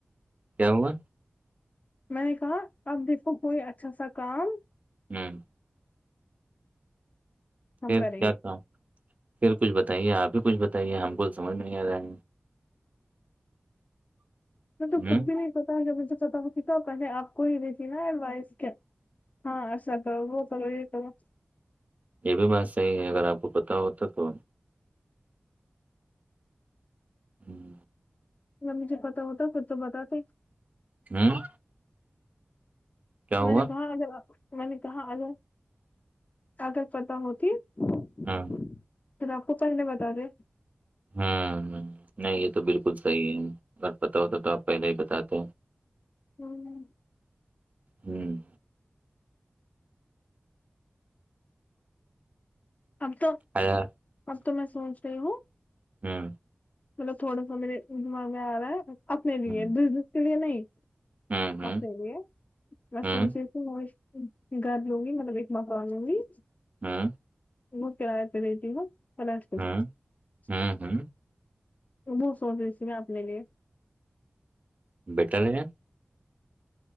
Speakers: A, on the right; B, on the left.
A: کیا ہوا
B: میں نے کہا اب دیکھو کوئی اچھا سا کام
A: ہوں <inaudible>
B: ہم
A: پھر
B: کریں
A: کیا
B: گے
A: کہوں پھر کچھ بتائیے آپ ہی کچھ بتائیے ہم کو سمجھ میں نہیں آ رہے ہیں <inaudible>
B: میں تو خود
A: ہوں
B: بھی نہیں پتا جب مجھے پت ہوتی تو پہلے آپ کو ہی نہیںتی نا ایڈوائز کیا ہاں اا تو وہ کرو یہ تو وہ <unintelligible>
A: یہ بھی بات صحیح ہے اگر آپ کو پتہ ہوتا تو ہوں
B: مجھے پتتا ہوتا پھر تو بتات
A: ہوں کیا ہوا
B: میں نے کہاں اگر میں نے کہاں اگر اگر پتہ ہوتی <inaudible> چھر
A: ہوں
B: آپ کو پہل بتا دے <unintelligible>
A: ہ ہ نہیں یہ تو بالکل صحیح ہے اگر پت ہوتا تو آپ پہلے ہی بتاتے ہیں
B: ہوں
A: ہوں
B: اب تو
A: آ <inaudible>
B: اب تو میں سوچ رہی ہوں
A: ہاں
B: مطلب تھوڑا سا میرے دماغ میں آ رہا ہے اپنے لیے
A: ہوں
B: بزنس کے لیے نہیں <inaudible>
A: ہوں
B: سب
A: ہوں
B: لی ہے میںس
A: ہوں
B: سوچ رہی ت <inaudible> گھر لوں گی مطلب ایک ماق لوں گی <unintelligible>
A: ہاں
B: وہ کراائے پہ دیتی نا پس
A: ہوں ہوں
B: رو <inaudible>
A: ہوں
B: وہ سوچ رہی تھی میں اپنے لیے
A: بیٹن <inaudible>